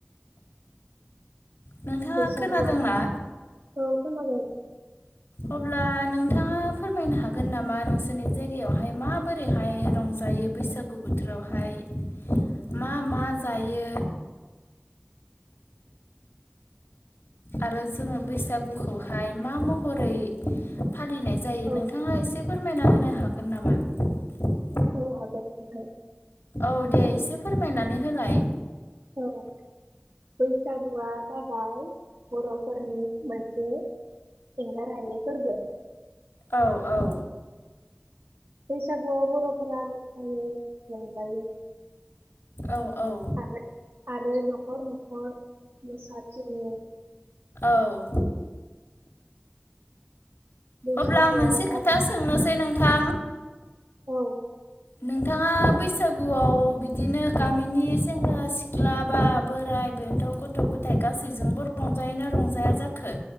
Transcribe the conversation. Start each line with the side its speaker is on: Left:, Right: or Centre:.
Left: नोंथाङा
Right: बैसागुआव
Left: खोनादोंना
Right: औ खोनादों
Left: अब्ला नोंथाङा फोरमायनो हागोन नामा नोंसोरनि जायगायावहाय माबोरैहाय रंजायो बैसागु बोथोरावहाय मा मा जायो आरो जोङो बैसागु खौहाय मा महरै फालिनाय जायो
Right: औ
Left: नोंथाङा एसे फोरमायना होनो हागोन न नामा
Right: औ हागोन औ
Left: औ दे एसे फोरमायनानै होलाय
Right: औ बैसागुआ जाबाय बरफोरनि मोनसे एंगारहायै फोरबो
Left: औ औ
Right: बैसागुआव बरफोराबो <unintelligible> रंजायो
Left: औ औ
Right: आरो आरो नखर नखर मोसाथिङो
Left: औ
Right: बैसागुआ
Left: अब्ला आं मोनसे
Right: जाबाय
Left: खोथा सोंनोसै नों था
Right: औ
Left: नोंथाङा बैस बैसागुआव बिदिनो गामिनि सेंग्रा सिख्ला बा बोराइ बेनथ, गथ गथाय गासैजोंबो रंजायैनो रंजाया जाखो?